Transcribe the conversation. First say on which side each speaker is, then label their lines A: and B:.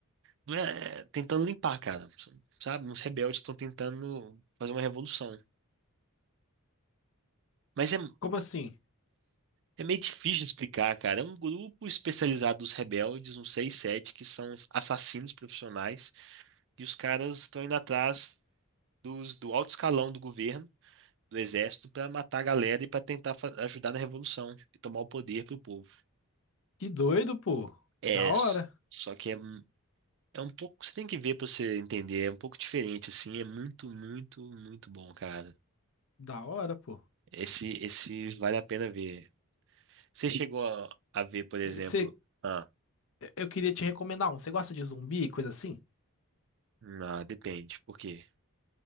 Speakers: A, on the right; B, on the left.
A: não é- tentando limpar, cara. Sabe? Uns rebeldes estão tentando fazer uma revolução. Mas é,
B: Como assim?
A: é meio difícil de explicar, cara. É um grupo especializado dos rebeldes, uns 6, 7, que são os assassinos profissionais, e os caras estão indo atrás dos, do alto escalão do governo do exército para matar a galera e para tentar fa- ajudar na revolução e tomar o poder pro povo.
B: Que doido, pô.
A: É,
B: Da hora.
A: s- só que é, um- é um pouco, você tem que ver para você entender, é um pouco diferente assim, é muito, muito, muito bom, cara.
B: Da hora, pô.
A: Esse esse vale a pena ver. Você chegou a, a ver, por exemplo,
B: Eh, cê-
A: ah,
B: eu queria te recomendar um. Você gosta de zumbi, e coisa assim?
A: ah, depende, por quê?